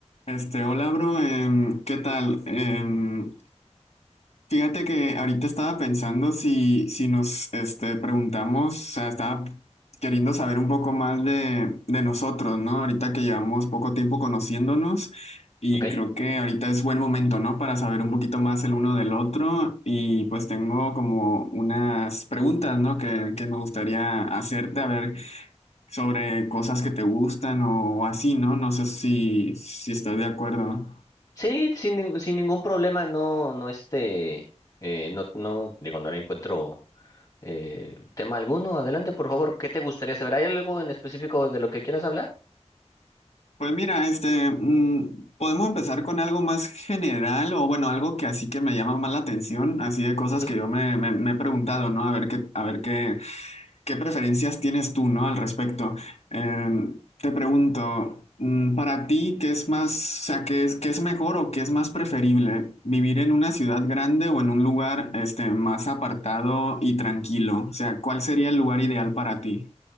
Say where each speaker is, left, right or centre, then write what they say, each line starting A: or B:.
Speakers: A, on the left; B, on the left.
A: Este, hola, bro, em, ¿qué tal? Em, fíjate que ahorita estaba pensando si, si nos este, preguntamos, o sea, estaba queriendo saber un poco más de, de nosotros, ¿no? Ahorita que llevamos poco tiempo conociéndonos y
B: Ok.
A: creo que ahorita es buen momento, ¿no? Para saber un poquito más el uno del otro y pues tengo como unas preguntas, ¿no? Que, que me gustaría hacerte, a ver, sobre cosas que te gustan o, así, ¿no? No sé si, si estás de acuerdo.
B: Sí, sin, nin- sin ningún problema, no, no este, eh, no, no, digo, no le encuentro eh, tema alguno. Adelante, por favor, ¿qué te gustaría saber? ¿Hay algo en específico de lo que quieras hablar?
A: Pues mira, este, mm, podemos empezar con algo más general o bueno, algo que así que me llama más la atención, así de cosas
B: Ujú.
A: que yo me, me- me he preguntado, ¿no? A ver qué, a ver qué, qué preferencias tienes tú, ¿no? Al respecto. Eh, te pregunto, mm, para ti, ¿qué es más, o sea, qué es, qué es mejor o qué es más preferible, vivir en una ciudad grande o en un lugar, este, más apartado y tranquilo? O sea, ¿cuál sería el lugar ideal para ti?